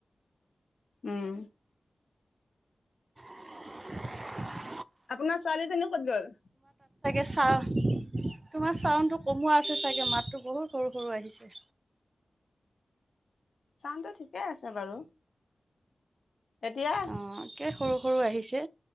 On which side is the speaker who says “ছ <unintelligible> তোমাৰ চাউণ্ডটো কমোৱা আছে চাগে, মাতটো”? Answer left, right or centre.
Right